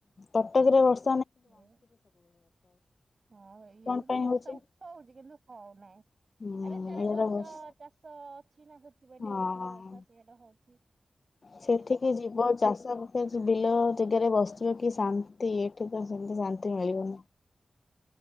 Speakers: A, on the left; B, on the right.
A: କଟକରେ ଏ ବର୍ଷ
B: ଉଁ ହଁ ଏଇଆ
A: କଣ
B: ହେଲେ
A: ପାଇଁ
B: ବର୍ଷା
A: ହଉଛି
B: ଉଠଉଚି କିନ୍ତୁ ହଉନାହିଁ
A: ହୁଁ
B: ଆରେ ସିଆଡେ
A: ଏଇଟା
B: ଗଛ
A: ବର୍ଷ
B: ଚାଷ ଅଛି ନା ସେଥିପାଇଁ
A: ହଁ।
B: ଟିକେ ଅଧିକ ବର୍ଷା ସିଆଡେ ହଉଚି।
A: ସେଠିକି ଯିବ ଚାଷ <unintelligible> ବସିିବ କି ଶାନ୍ତ ତି ଏଠିକି ଆସ୍ ସେମିତି ଶାନ୍ତି
B: ହଁ
A: ମିଳିବନି।